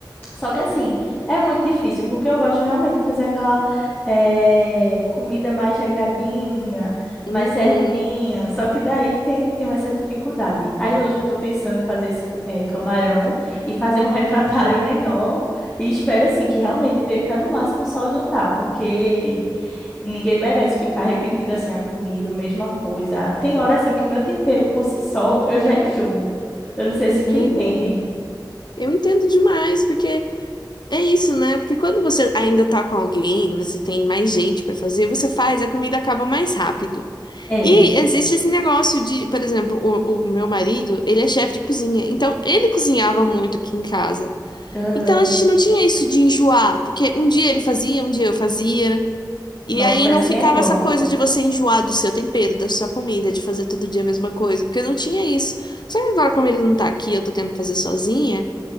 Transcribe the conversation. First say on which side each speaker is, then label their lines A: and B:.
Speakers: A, on the left; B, on the left.
A: Só que assim, é muito difícil, porque eu gosto realmente de fazer aquela eh, comida mais regradinha,
B: Uhum.
A: mais certinha. Só que daí tem, tem essa dificuldade. Aí hoje eu tô pensando em fazer esse ca- eh, camarão e fazer um <laughs> refratário menor. E espero assim que realmente dê para no máximo só jantar, porque ninguém merece ficar repetindo assim a comida, a mesma coisa. Tem hora assim que o meu tempero por si só eu já enjoo. Eu não sei se tu
B: É,
A: entende.
B: né? Eu entendo demais, porque É isso, né? Porque quando você ainda tá com alguém, você tem mais gente pra fazer, você faz, a comida acaba mais rápido.
A: É.
B: E existe esse negócio de, por exemplo, o, o meu marido, ele é chefe de cozinha, então ele cozinhava muito aqui em casa.
A: Aham.
B: Então a gente não tinha isso de enjoar, porque um dia ele fazia, um dia eu fazia. E
A: Nossa,
B: aí não
A: assim
B: ficava
A: é bom.
B: essa coisa de você enjoar do seu tempero, da sua comida, de fazer todo dia a mesma coisa, porque não tinha isso. Só que agora, como ele não tá aqui, eu tô tendo que fazer sozinha.